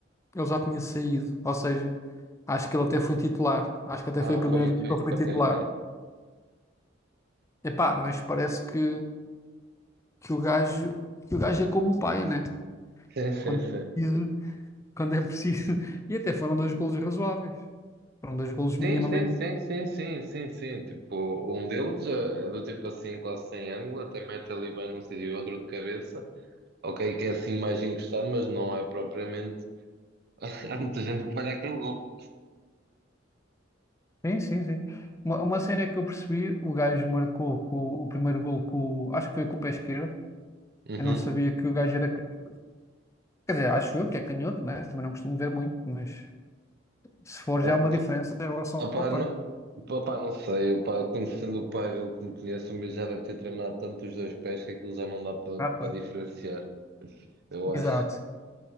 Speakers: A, on the left; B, on the right.
A: ele já tinha saído, ou seja, acho que ele até foi titular, acho que até
B: Ah,
A: foi a primeira
B: foi isso,
A: vez que
B: foi
A: ele
B: isso,
A: foi
B: ok,
A: titular.
B: ok.
A: Epá, mas parece que, que o gajo que o gajo é como o pai, né?
B: Sim, sim,
A: Quando
B: sim.
A: precisa. quando é preciso. <laughs> E até foram dois golos razoáveis. Foram dois golos minimamente.
B: Sim, sim, sim, sim, sim, sim, sim. Tipo, um deles é é do tipo assim, quase sem ângulo, até mete ali bem num sítio e outro de cabeça. Ok, que é assim mais encostado, mas não é propriamente. <laughs> Há muita gente que falha aquele gol.
A: Sim, sim, sim. Uma, uma cena que eu percebi, o gajo marcou com, o primeiro golo com, o- acho que foi com o pé esquerdo.
B: Uhum.
A: Eu não sabia que o gajo era canhoto. Quer dizer, acho eu que é canhoto, né? Também não costumo ver muito, mas se for
B: Opa,
A: já há uma diferença em relação
B: opa,
A: ao pai.
B: não, opa, não sei, opa, conhecendo o pai Pavel como conheço, o meu já deve ter treinado tanto os dois pés que aquilo já não dá
A: Ah, pai.
B: para diferenciar, eu
A: Exato.
B: acho.